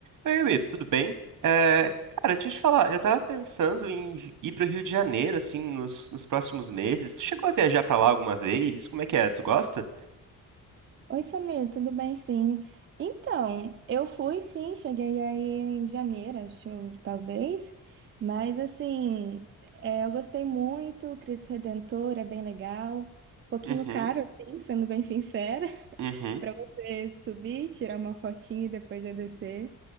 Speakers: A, on the right; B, on the right.
A: Oi, Gabi, tudo bem? É, cara, deixa eu te falar, eu tava pensando em vi- ir pro Rio de Janeiro, assim, nos, nos próximos meses. Tu chegou a viajar pra lá alguma vez? Como é que é? Tu gosta?
B: Oi, Samir, tudo bem? Sim. Então, eu fui sim, cheguei aí em janeiro, acho, talvez, mas assim, é, eu gostei muito, Cristo Redentor é bem legal, um pouquinho
A: Uhum,
B: caro, assim, <laughs> sendo bem sincera, <laughs>
A: uhum.
B: para você subir, tirar uma fotinha e depois já descer,